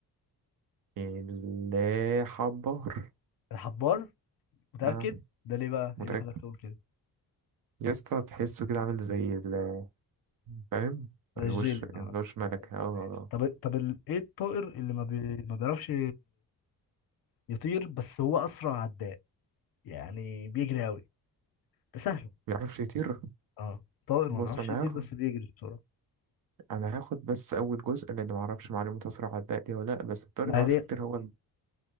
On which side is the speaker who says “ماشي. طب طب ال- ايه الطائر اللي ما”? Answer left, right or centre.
Left